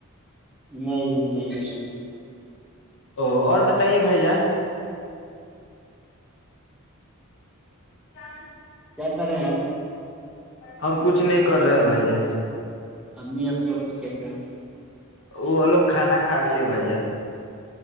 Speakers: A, in the centre; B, on the left.
A: نہیں ہم نہیں لے جائ گے
B: او اور بتائیے بھائی جان ج <unintelligible>
A: کیا کر رہے ہیں آپ
B: ہم کچھ نہیں کر رہے ہیں بھائی جان
A: امی ابو اب کو کہتے ہیں
B: وہ لوگ کھانا کھا رہی ہے بھائی جان